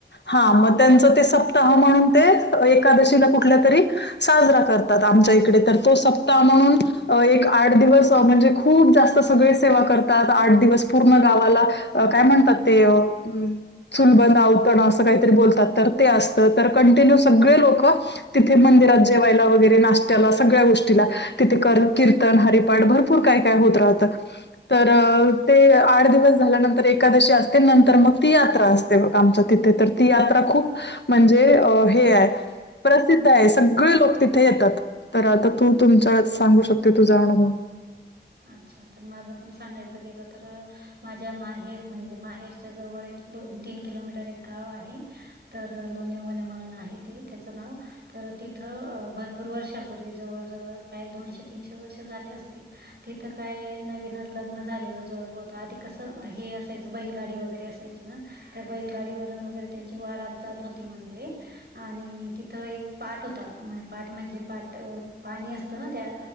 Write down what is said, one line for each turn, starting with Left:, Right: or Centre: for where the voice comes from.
Left: हा मग त्यांचं ते सप्ताह म्हणून ते एकादशीला कुठल्या तरी साजरा करतात आमच्या इकडे तर तो सप म्हणून, एक आठ दिवस म्हणजे खूप जास्त सगळे सेवा करतात. आठदिवस पूर्ण गावाला, काय म्हणतात ते. अंम चुलबंद, आवतण असं काहीतरी बोलतात. तर ते असतं, तर कंटिन्यू सगळे लोक तिथे मंदिरात जेवायला वगैरे नाशत्याला सगळ्या गोष्टी तिथे कीर्तन, हरिपाठ भरपूर काय- काय होत राहत तर
Right: अच्छा
Left: ते आठ दिवस झाल्यानंतर एकादशी असते नंतर मग ती यात्रा असते बघ. आमच्या तिथे तर ती यात्रा खूप म्हणजे अ, हे हाय, प्रसिद्ध हाय. सगळे लोक तिथे येतात तर आता तू तुमच्या सा आम्ही शक्यतो जाऊन येतो.
Right: अच्छा, तर माझं पण सांगायचं गेलं तर माझ्या माहेर, म्हणजे माहेरच्या जवळ एक दोन- तीन किलोमीटर एक गाव आहे. तर लोणीवणे म्हणून आहे ते, त्याचं नाव तर तिथं भरपूर वर्षापूर्वी जवळ- जवळ, काही दोनशे तीनशे वर्ष झाले असतील. तिथं काय नवीनच लग्न झालेलं जोड होतं, आधी कसं हे असायचं बैलगाडी वगैरे असायची ना. तर बैलगाडीवरून वगैरे त्यांची वारात जात होती म्हणले. आणि तिथं एक पाट होता, पाट म्हणजे पाट पाणी असतं ना त्या,